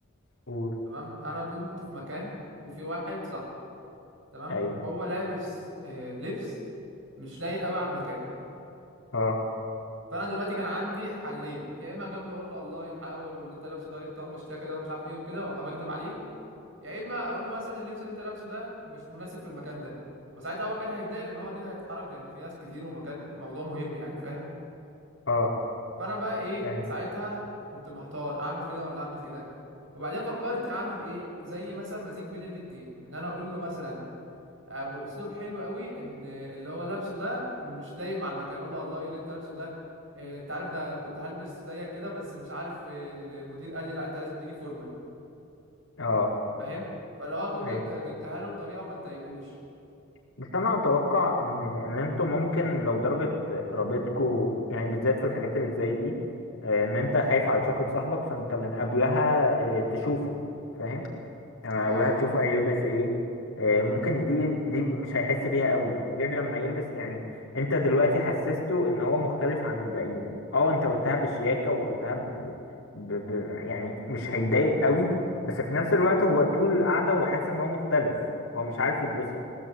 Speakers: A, on the left (about 75°); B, on the right (about 65°).
A: قول
B: تمام انا كنت في مكان وفي واحد صاحبي تمام
A: أيوه
B: هو لابس آه، لبس مش لايق قوي على المكان
A: أه
B: فانا دلوقتي كان عندي حلين يا اما اجامله اقول له والله ايه الحلاوه واللي انت لابسه ده ايه الطقم الشياكه ده ومش عارف ايه وكده وابقى بكدب عليه يا اما اقول له مثلا اللبس اللي انت لابسه ده مش مناسب في المكان ده وساعتها هو كان هيتضايق لان هو كده هيتحرج لان في ناس كتير ومكان موضوع مهم يعني فاهم
A: أه
B: فانا بقى ايه
A: فاهم.
B: ساعتها كنت محتار اعمل كده ولا اعمل كده وبعدين فكرت اعمل ايه زي مثلا مزيج بين الاتنين ان انا اقول له مثلا آه، باسلوب حلو قوي ان اللي هو لابسه ده مش لايق مع المكان اقول له والله ايه اللي انت لابسه ده إيه انت عارف ده انا كنت هلبس زيك كده بس مش عارف إيه، المدير قال لي لا انت لازم تيجي فورمال
A: أه
B: فاهم فلو اكون
A: أيوه
B: جبت جبتها له بطريقه ما تضايقوش
A: بس انا اتوقع ان ان انتوا ممكن لو درجه قرابتكوا يعني بالذات في الحاجات اللي زي دي آه، ان انت خايف على شكل صاحبك فانت من قبلها آه، تشوفه فاهم يعني
B: اه
A: من قبلها تشوفه
B: اه
A: هيلبس ايه آه، ممكن دي دي مش هيحس بيها قوي غير لما يلبس يعني انت دلوقتي حسسته ان هو مختلف عن الباقيين اه انت قلتها بشياكه وقلتها ب... ب... ب... يعني مش هيتضايق قوي بس في نفس الوقت هو طول القعده هو حاسس ان هو مختلف هو مش عارف يتبسط